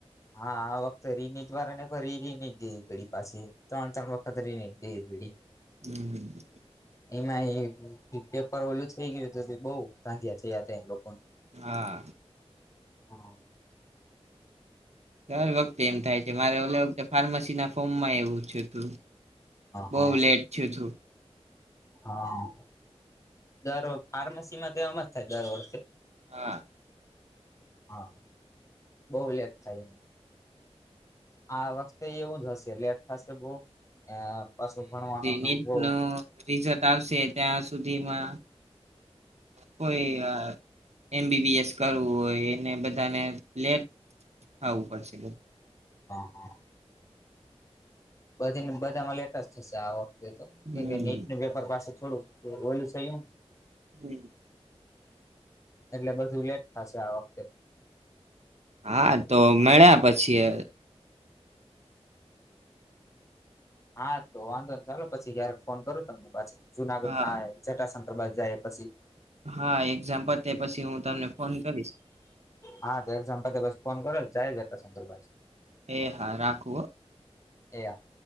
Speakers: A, on the left; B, on the right.
A: હા આ વખત રીની જ વાર ને ફરી રી જે ઘડી પાસે ત્રણ ત્રણ વખત રીની એ બડી
B: હમ
A: એમાં પેપર ઓલું થઇ ગયું હતું બઉ ધાંધિયા થયા હતા લોકોને.
B: હા
A: હા
B: દર વખતે એમ થાય છે મારે ઓ વખતે ફાર્મસી ના ફોમમાં એવું થયું હતું બહ
A: હા
B: લેટ થયું તું.
A: હા દર ફાર્મસીમાં તો એમજ થાય દર વર્ષે.
B: હા
A: હા બહુ લેટ થાય. આ વખતે એવું જ હશે લેટ થશે બહુ. એ પાછું ભણવાનો
B: નીટ
A: બહુ
B: નું રિઝલ્ટ આવશે ત્યાં સુધીમાં કોઈ એમ બીબીએસ કરવું હોય એને બધાને લેટ આવું પડશે.
A: હા બધી બધામાં લેટસ થશે આ વખતે તો કેમ
B: હમ
A: કે નીટ નું પેપર પાસે થોડું ઓલું સહી.
B: હમ
A: એટલે બધું લેટ થશે આ વખતે.
B: હા તો મળ્યા પછી.
A: હા તો વાંધો ને ચાલો પછી કય્યારે ફોન કરું તમને પાછો જુનાગઢ
B: હા
A: ચટ બ જાય પછી.
B: હા એક્ઝામ પતે પછી હું તમને ફોન કરીશ.
A: હા તો એક્ઝામ પતે પછી ફોન કરો જાય જ એટલા શકરબજ
B: હે હા રાખું હો
A: એયા